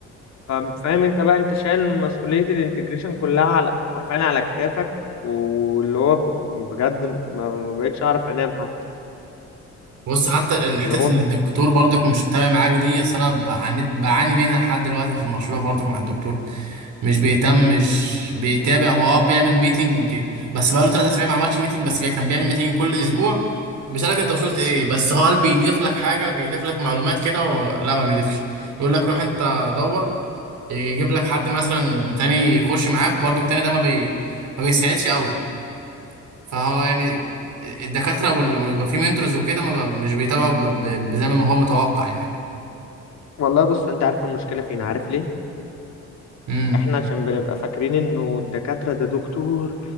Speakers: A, on the left; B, on the right.
A: فاهم فاهم انت بقى انت شايل مسؤولية الانتجريشن كلها على حرفيا على كتافك واللي هو بجد ما ما بقتش اعرف انام حتى
B: بص حتى ال- حته
A: اللي هو
B: ان الدكتور برضك مش متابع معاك دي اصل انا بعاني بعاني منها لحد دلوقتي في المشروع برضك مع الدكتور مش بيهتم مش بيتابع هو اه بيعمل ميتنج بس بقاله تلات اسابيع ما عملش ميتنج بس بي- كان بيعمل ميتنج كل اسبوع بيسألك انت وصلت ايه بس هو قال بيضيف لك حاجة بيضيف لك معلومات كده و... لا ما بيضيفش يقول لك روح انت دور يجيب لك حد مثلا تاني يخش معاك وبرضه التاني ده ما بي... ما بيساعدش قوي فهو يعني الدكاترة وال- ويبقى في منتورز وكده ما ب... مش بيتابعوا ب... ب... زي ما هو متوقع
A: والله بص انت عارف المشكلة فين عارف ليه
B: يعني
A: احنا عشان بنبقى فاكرين انه الدكاترة ده دكتور